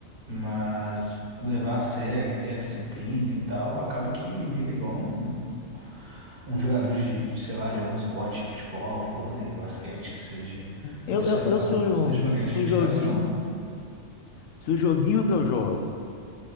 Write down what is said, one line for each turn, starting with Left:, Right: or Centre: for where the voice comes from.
Right: Mas levar a sério, ter a disciplina e tal, acaba que vira igual um um jogador de, de, sei lá, de algum esporte, futebol, vôlei, basquete, que seja profissional,
Left: Eu, eu, eu se o,
Right: precisa de uma grande
Left: se
Right: dedicação.
Left: o joguinho, se o joguinho que eu jogo